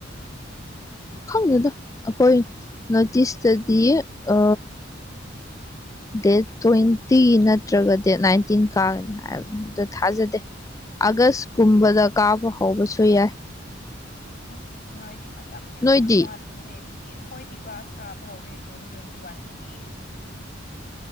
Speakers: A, on the left (about 15°); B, on the left (about 50°).
A: ꯈꯪꯗꯦꯗ ꯑꯈꯣꯏ ꯅꯣꯇꯤꯏꯁꯇꯗꯤ ꯑ ꯗꯦꯠ ꯇ꯭ꯋꯦꯟꯇꯤ ꯅꯠꯇ꯭ꯔꯒ ꯗꯦꯠ ꯅꯥꯏꯟ ꯇꯤꯟ ꯀꯥꯒꯅꯤ ꯍꯥꯏꯕꯅꯤ ꯑꯗꯨ ꯊꯥꯖꯗꯦ ꯑꯥꯒꯁ ꯀꯨꯝꯕꯗ ꯀꯥꯕ ꯍꯧꯕꯁꯨ ꯌꯥꯏ꯫
B: ꯑꯁ ꯅꯣꯏꯗꯤ ꯃꯇꯝ ꯌꯥꯝ
A: ꯅꯣꯏꯗꯤ
B: ꯋꯥꯠ ꯂꯦꯅꯦ ꯑꯗꯨꯗꯤ ꯑꯈꯣꯏꯗꯤ ꯀ꯭ꯂꯥꯁ ꯀꯥꯕ ꯍꯧꯔꯦ ꯖꯨꯟ ꯇ꯭ꯋꯦꯟꯇꯤ ꯋꯥꯟꯗꯒꯤ꯫